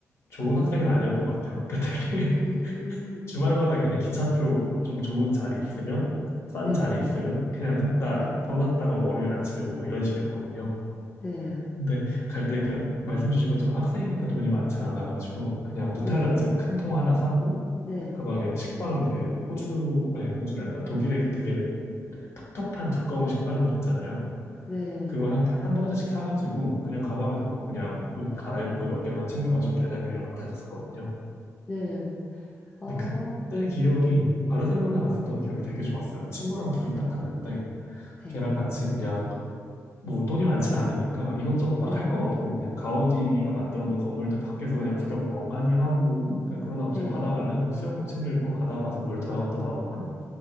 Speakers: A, on the left (about 50°); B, on the left (about 20°).
A: 좋은 학생은 아니었던 것 같아요. 그러니까 되게
B: 음.
A: 주말마다 그냥 기차표 좀 좋은 자리 있으면, 싼
B: 네.
A: 자리 있으면, 그냥 냅다
B: 네.
A: 떠났다가 월요일 아침에 오고 이런 식이었거든요.
B: 네.
A: 근데 갈때 그 말씀 주신 것처럼 학생이니까 돈이 많진 않아가지고, 그냥 누텔라
B: 네.
A: 잼 큰 통 하나 사고,
B: 네.
A: 가방에 식빵 그 호주, 아니 호주랜다. 독일의 그 되게 텁텁한 두꺼운 식빵들 있잖아요.
B: 네.
A: 그걸 한, 한 봉지씩 사가지고, 그냥 가방에 넣고, 그냥 옷 갈아입을 거 몇 개만 챙겨가지고 배낭여행을 막 다녔었거든요.
B: 네. 어.
A: 근데 그때 기억이 바르셀로나 갔었던
B: 네.
A: 기억이 되게 좋았어요. 친구랑 둘이 딱 갔는데
B: 네.
A: 걔랑 같이 그냥 뭐 돈이 많진 않으니까 이것저것 막
B: 네.
A: 할 건 없고 그냥 가우디가 만들어 놓은 건물들 밖에서 그냥 구경 멍하니 하고 그냥 그러다 갑자기
B: 네.
A: 바다 갈래? 이러면 수영복 챙겨 입고 바다 가서 물 들어갔다 나오고